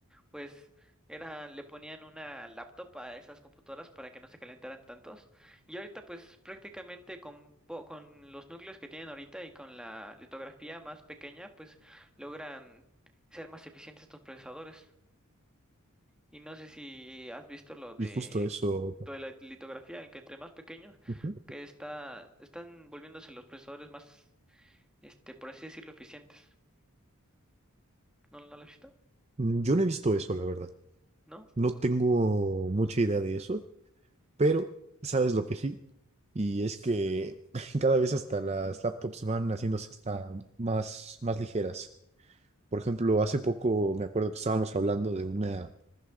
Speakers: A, in the centre; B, on the right (about 30°).
A: pues era, le ponían una laptop a esas computadoras para que no se calentaran tantos. Y ahorita pues prácticamente con, po- con los núcleos que tienen ahorita y con la litografía más pequeña, pues logran ser más eficientes estos procesadores. Y no sé si has visto lo de
B: Y justo eso.
A: toda la litografía, en que entre más pequeños,
B: ujú.
A: que está, están volviéndose los procesadores más, este, por así decirlo, eficientes. ¿No, no lo has visto?
B: Mm, Yo no he visto eso, la verdad.
A: ¿No?
B: No tengo mucha idea de eso, pero sabes lo que sí. Y es que <laughs> cada vez hasta las laptops van haciéndose hasta más, más ligeras. Por ejemplo, hace poco me acuerdo que estábamos hablando de una